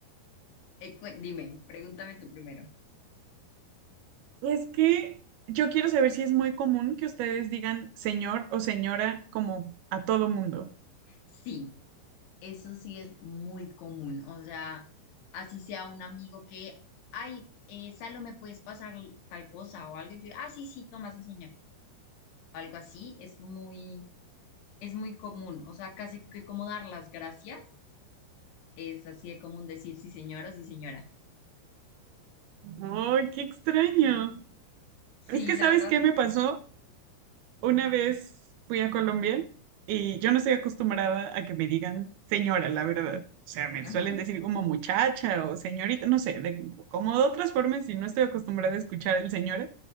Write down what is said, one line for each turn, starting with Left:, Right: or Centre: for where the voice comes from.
Left: Eh, cué- dime, pregúntame tú primero.
Right: es que yo quiero saber si es muy común que ustedes digan señor o señora como a todo mundo.
Left: Sí. Eso sí es muy común, o sea, así sea un amigo que, ay, eh, Salo, ¿me puedes pasar tal cosa o algo? Y Yo, ah, sí, sí, toma, sí, señor. Algo así es muy, es muy común, o sea, casi que como dar las gracias, es así de común decir sí, señor o sí, señora.
Right: ¡Ay, qué extraño!
Left: Sí,
Right: Es que,
Left: la
Right: ¿sabes
Left: verdad,
Right: qué me pasó? Una vez fui a Colombia y yo no estoy acostumbrada a que me digan señora, la verdad. O sea, me
Left: ajá,
Right: suelen decir como muchacha o señorita, no sé, de- como de otras formas y no estoy acostumbrada a escuchar el señora.